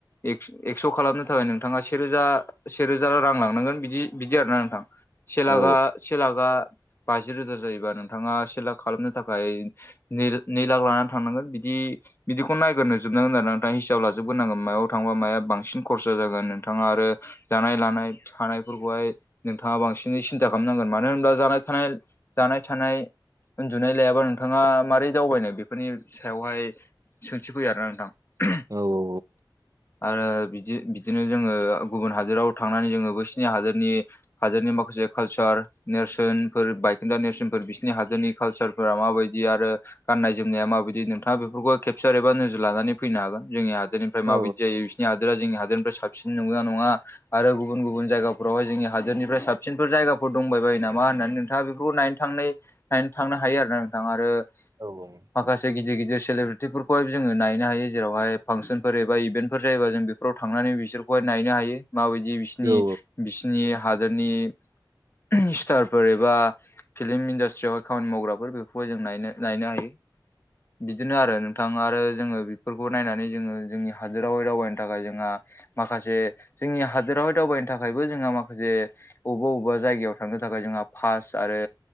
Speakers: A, on the left; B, on the right.
A: एक एक्स' खालामनो थाखाय नोंथांङा से रोजा से रोजा रां लांनांगोन बिदि बिदि आरोना नोंथां। से लाख
B: औ
A: आ से लाखआ बाजि रोजा जायोबा नोंथाङा से लाख खालामनो थाखाय नै नै लाख लानानै थांनांगोन बिदि बिदिखौ नायग्रो जोबनांगोन आरो नोंथां हिसाब लाजोबग्रोनांगोन मायाव थांबा माया बांसिन खरसा जागोन नोंथाङा आरो जानाय लानाय थानायफोरखौहाय नोंथाङा बांसिनै सिन्था खालामनांगोन मानो होनब्ला जानाय थानाय जानाय थानाय उन्दुनाय लायाबा नोंथाङा मारै दावबायनो बेफोरनि सायावहाय सोंथि फैया आरोना नोंथां।
B: औ।
A: आरो बिदि बिदिनो जोङो गुबुन हादोराव थांनानै जोङो बैसिनि हादोरनि हादोरनि माखासे कालचार नेरसोनफोर बायखोन्दा नेरसोनफोर बिसोरनि हादोरनि कालसार फोरा माबायदि आरो गाननाय जोमनाया माबायदि नोंथाङा बेफोरखौ खेबसार एबा नोजोर लानानै फैनो हागोन जोंनि हादोरनि ओमफ्राय माबायदि
B: औ
A: जायो बिसनि हादोरा जोंनि हादोरनिफ्राय साबसिन नंगौना नङा आरो गुबुन गुबुन जायगाफोरावहाय जोंनि हादोरनिफ्राय साबसिनफोर जायगाफोर दंबाय बायो नामा होननानै नोंथाङा बेफोरखौ नाय थांनाय नायनो थांनो हायो आरोना नोंथां आरो
B: औ औ।
A: माखासे गिदिर गिदिर सेब्रिटिफोरखौहाय जोङो नायनो हायो जेरावहाय फांसनफोर एबा इभेन्टफोर जायोबा जों बेफोराव थांनानै बिसोरखौहाय नायनो हायो माबायदि बिसोरनि
B: औ
A: बिसिनि हादोरनि <unintelligible> स्टारफोर एबा फिल्म इन्डास्ट्रियावहाय खामानि मावग्राफोर बेफोरखौहाय जों नायनो नायनो हायो। बिदिनो आरो नोंथां आरो जोङो बेफोरखौ नायनानै जोङो जोंनि हादोरावाय दावबायनो थाखाय जों हा माखासे जोंनि हादोरावहाय दावबायनो थाखायबो जोंहा माखासे अबेबा अबेबा जायगायाव थांनो थाखाय जोंहा फास आरो